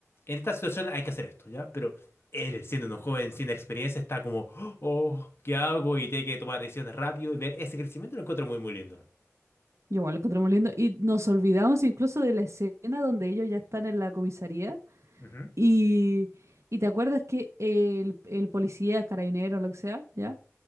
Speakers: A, on the left (about 50°); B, on the right (about 65°).
A: en esta situación hay que hacer esto, ¿ya? Pero él, siendo un joven sin experiencia, está como, oh, ¿qué hago? Y tiene que tomar decisiones rápido y ver ese crecimiento lo encuentro muy, muy lindo.
B: Yo igual lo encontré muy lindo. Y nos olvidamos incluso de la escena donde ellos ya están en la comisaría.
A: Ujú.
B: Y, y te acuerdas que el, el policía, carabinero, lo que sea, ¿ya?